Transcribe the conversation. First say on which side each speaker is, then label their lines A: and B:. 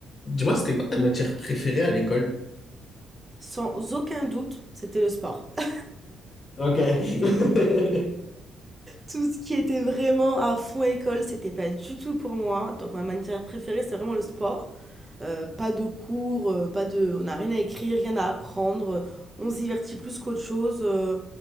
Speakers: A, on the left; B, on the right.
A: Dis-moi, c'était quoi ta matière préférée à l'école?
B: Sans aucun doute, c'était le sport. <laughs>
A: Ok. <laughs>
B: Tout ce qui était vraiment à fond école, c'était pas du tout pour moi. Donc ma matière préférée, c'est vraiment le sport. Euh, pas de cours, euh, pas de, on n'a rien à écrire, rien à apprendre. euh, On se divertit plus qu'autre chose. euh.